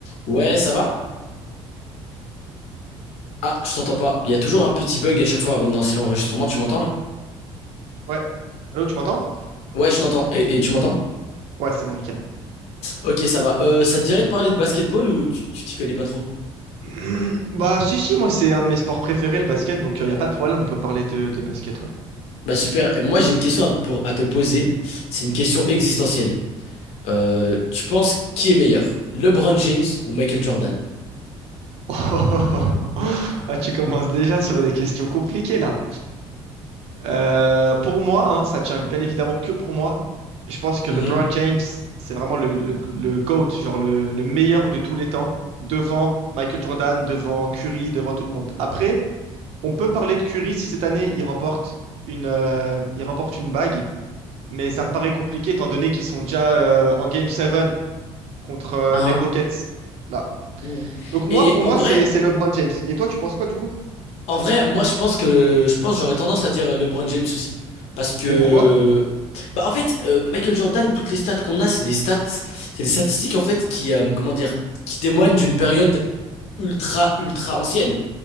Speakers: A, on the left; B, on the right.
A: Ouais, ça va? Ah, je t'entends pas. Il y a toujours un petit bug à chaque fois avant de lancer l'enregistrement. Tu m'entends là?
B: Ouais. Allô, tu m'entends?
A: Ouais, je t'entends. Et, et tu m'entends?
B: Ouais, c'est bon, nickel.
A: Ok, ça va. Euh, ça te dirait de parler de basketball ou tu tu t'y connais pas trop?
B: <clears throat> Bah, si, si, moi, c'est un de mes sports préférés, le basket, donc il n'y a pas de problème, on peut parler de, de basket, ouais.
A: Bah super. Moi, j'ai une question à te, pour- à te poser. C'est une question existentielle. Euh, tu penses qui est meilleur? LeBron James ou Michael Jordan?
B: <laughs> Ah, tu commences déjà sur des questions compliquées, là. Euh, pour moi, hein, ça tient bien évidemment que pour moi. Je pense que
A: Mhm.
B: LeBron James, c'est vraiment le, le, le GOAT, genre le, le meilleur de tous les temps, devant Michael Jordan, devant Curry, devant tout le monde. Après, on peut parler de Curry si cette année, il remporte une, euh, il remporte une bague. mais ça me paraît compliqué étant donné qu'ils sont déjà euh, en Game 7 contre euh,
A: Mhm.
B: les Rockets. Là.
A: Mhm.
B: Donc moi,
A: Et
B: pour
A: en
B: moi,
A: vrai,
B: c'est c'est LeBron James. Et toi, tu penses quoi du coup?
A: En vrai, moi je pense que je pense que j'aurais tendance à dire LeBron James aussi parce que
B: Et pourquoi?
A: bah en fait euh, Michael Jordan toutes les stats qu'on a c'est des stats c'est des statistiques en fait qui euh, comment dire qui témoignent d'une période ultra ultra ancienne.